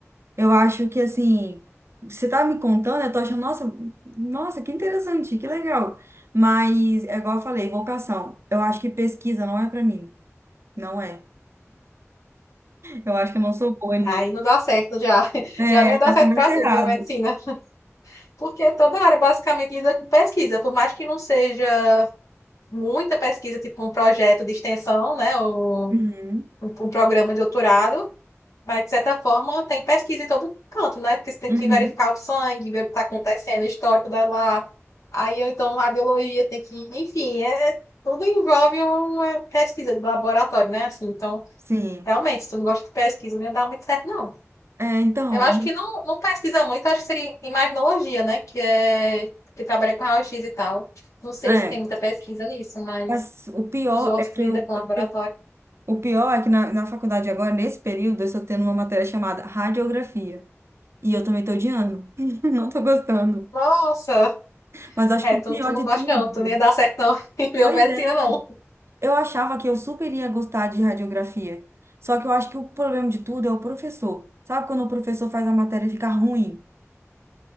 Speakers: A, on the right; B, on the left.
A: Eu acho que, assim, você tá me contando, eu tô achando, nossa, nossa, que interessante, que legal. Mas, é igual eu falei, vocação. Eu acho que pesquisa não é pra mim. Não é. Eu acho que eu não sou boa nisso.
B: Aí não dá certo já. <laughs>
A: É,
B: Já não ia dar
A: já
B: certo
A: começa
B: para
A: errado.
B: tudo, biomedicina. Porque toda área basicamente lida com pesquisa, por mais que não seja muita pesquisa, tipo um projeto de extensão, né? Um,
A: Uhum,
B: um, um programa de doutorado, mas de certa forma tem pesquisa em todo canto, né? Porque você tem
A: uhum,
B: que verificar o sangue, ver o que está acontecendo, o histórico da lá. Aí ou então a biologia tem que, enfim, é, é, tudo envolve uma pesquisa de laboratório, né? Assim, então,
A: sim.
B: realmente, se tu não gosta de pesquisa, não ia dar muito certo, não.
A: É, então,
B: Eu acho que não, não pesquisa muito, acho que seria imaginologia, né? Que é que trabalha com raio-x e tal. Não sei
A: é.
B: se tem muita pesquisa nisso, mas
A: Mas o pior
B: os outros
A: é que
B: que lidam
A: eu,
B: com laboratório.
A: eu- que eu- o pior é que na, na faculdade agora, nesse período, eu estou tendo uma matéria chamada radiografia. E eu também estou odiando. <laughs> Não estou gostando.
B: Nossa,
A: Mas acho
B: é,
A: que o
B: tu,
A: pior
B: tu não
A: de
B: gosta
A: tudo.
B: não, tu nem ia dar certo não <laughs> em biomedicina
A: Pois é.
B: não.
A: Eu achava que eu super ia gostar de radiografia. Só que eu acho que o problema de tudo é o professor. Sabe quando o professor faz a matéria ficar ruim?